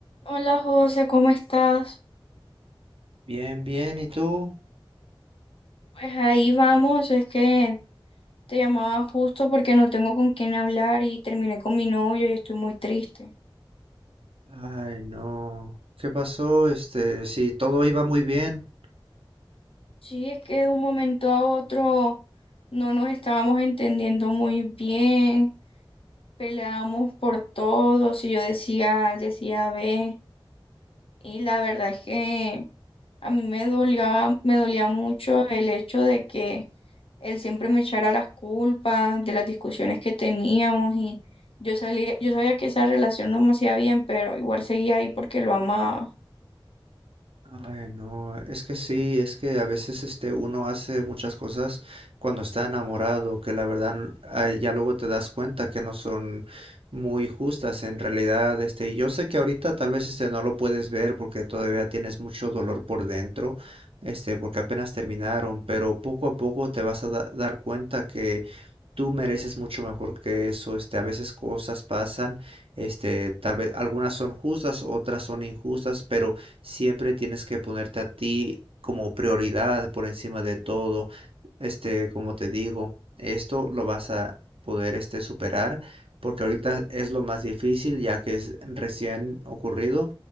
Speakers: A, on the left; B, on the right.
A: Hola José, ¿cómo estás?
B: Bien, bien, ¿y tú?
A: Pues ahí vamos, es que te llamaba justo porque no tengo con quién hablar y terminé con mi novio y estoy muy triste.
B: Ay, no. ¿Qué pasó? Este, sí, todo iba muy bien.
A: Sí, es que de un momento a otro no nos estábamos entendiendo muy bien, peleábamos por todo, si yo decía A, él decía B, y la verdad es que A mí me dolía, me dolía mucho el hecho de que él siempre me echara las culpas de las discusiones que teníamos y yo salía, yo sabía que esa relación no me hacía bien, pero igual seguía ahí porque lo amaba.
B: Ay, no, es que sí, es que a veces este uno hace muchas cosas cuando está enamorado, que la verdad ay, ya luego te das cuenta que no son muy justas en realidad, este, y yo sé que ahorita tal vez este no lo puedes ver porque todavía tienes mucho dolor por dentro, este, porque apenas terminaron, pero poco a poco te vas a da- dar cuenta que tú mereces mucho mejor que eso, este, a veces cosas pasan, este, tal vez algunas son justas, otras son injustas, pero siempre tienes que ponerte a ti como prioridad por encima de todo. Este, como te digo, esto lo vas a poder este superar porque ahorita es lo más difícil ya que es recién ocurrido,